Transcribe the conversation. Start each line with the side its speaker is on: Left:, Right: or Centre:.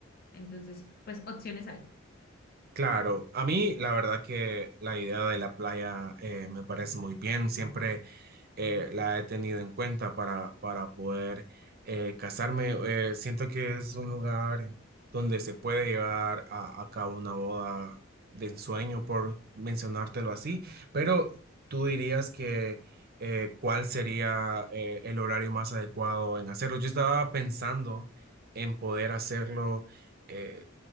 Left: Entonces, pues opciones hay.
Right: Claro, a mí la verdad que la idea de la playa eh, me parece muy bien. Siempre eh, la he tenido en cuenta para, para poder eh, casarme. Eh, siento que es un lugar donde se puede llevar a, a cabo una boda de ensueño, por mencionártelo así, pero tú dirías que eh, cuál sería eh, el horario más adecuado en hacerlo. Yo estaba pensando en poder hacerlo. eh,